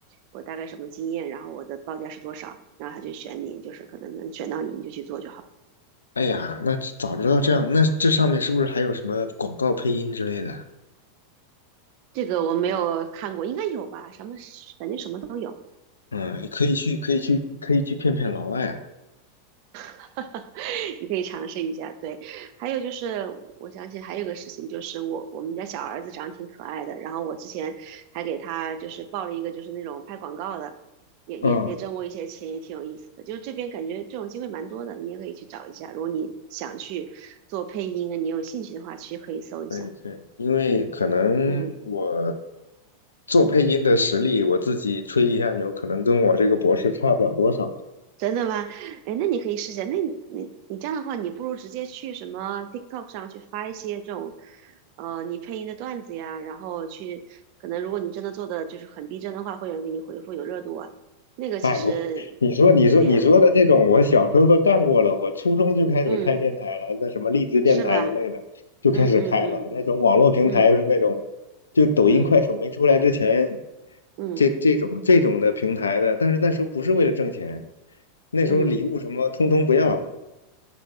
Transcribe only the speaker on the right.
我大概什么经验，然后我的报价是多少，然后他就选你，就是可能能选到你，你就去做就好。
这个我没有看过，应该有吧？什么感觉什么都有。
<laughs> 你可以尝试一下。对，还有就是，我想起还有个事情，就是我我们家小儿子长得挺可爱的，然后我之前还给他就是报了一个就是那种拍广告的，也也也挣过一些钱，
也挺有意思的。就是这边感觉这种机会蛮多的，你也可以去找一下。如果你想去做配音啊，你有兴趣的话，其实可以搜一下。
嗯。
真的吗？哎，那你可以试一下。那你你你这样的话，你不如直接去什么 TikTok 上去发一些这种，呃，你配音的段子呀，然后去，可能如果你真的做的就是很逼真的话，会有人给你回复有热度啊。那个其实，
对呀，
嗯，
是吧？嗯嗯
嗯嗯
嗯
嗯
嗯